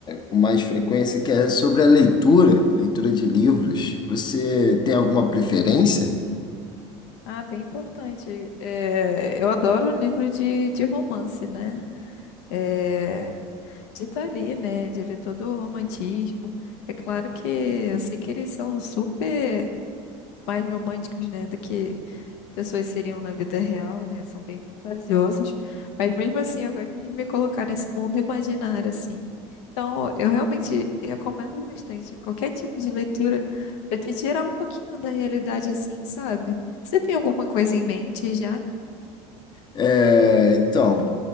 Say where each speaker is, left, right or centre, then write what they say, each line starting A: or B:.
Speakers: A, on the left; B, on the left.
A: Com mais frequência, que é sobre a leitura, leitura de livros. Você tem alguma preferência?
B: Ah, bem importante. É, eu adoro livro de, de romance, né? É, de estar ali, né? De ver todo o romantismo. É claro que eu sei que eles são super mais românticos, né? Do que pessoas seriam na vida real, né? São bem fantasiosas. Mas mesmo assim, eu gosto de me colocar nesse mundo imaginário, assim. Então, eu realmente recomendo bastante qualquer tipo de leitura para te tirar um pouquinho da realidade, assim, sabe? Você tem alguma coisa em mente já?
A: É, então.